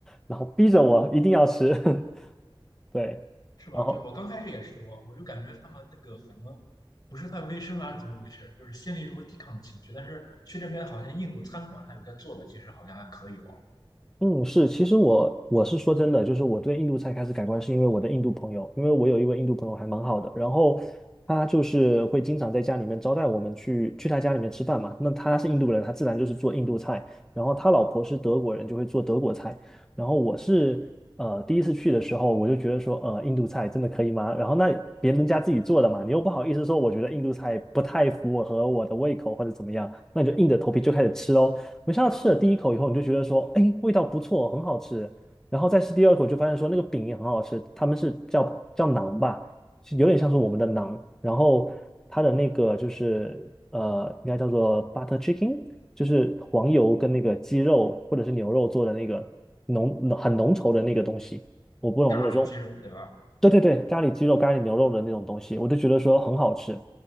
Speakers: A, in the centre; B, on the left.
A: 然后逼着我一定要吃，<laughs> 对，
B: 是吧？
A: 然后
B: 对，我刚开始也是，我我就感觉他们那个可能不是太卫生啊，怎么回事？就是心里有个抵抗情绪。但是去这边好像印度餐馆，他有些做的其实好像还可以哦，
A: 嗯，是，其实我我是说真的，就是我对印度菜开始改观，是因为我的印度朋友，因为我有一位印度朋友还蛮好的，然后他就是会经常在家里面招待我们去去他家里面吃饭嘛。那他是印度人，他自然就是做印度菜，然后他老婆是德国人，就会做德国菜。然后我是呃第一次去的时候，我就觉得说，呃，印度菜真的可以吗？然后那别人家自己做的嘛，你又不好意思说，我觉得印度菜不太符合我的胃口或者怎么样，那你就硬着头皮就开始吃喽。没想到吃了第一口以后，你就觉得说，哎，味道不错，很好吃。然后再吃第二口，就发现说那个饼也很好吃，他们是叫叫馕吧，是有点像是我们的馕。然后它的那个就是呃，应该叫做 butter chicken，就是黄油跟那个鸡肉或者是牛肉做的那个浓浓很浓稠的那个东西。我不懂那个时
B: 咖喱鸡肉，对吧？
A: 对对对，咖喱鸡肉、咖喱牛肉的那种东西，我就觉得说很好吃。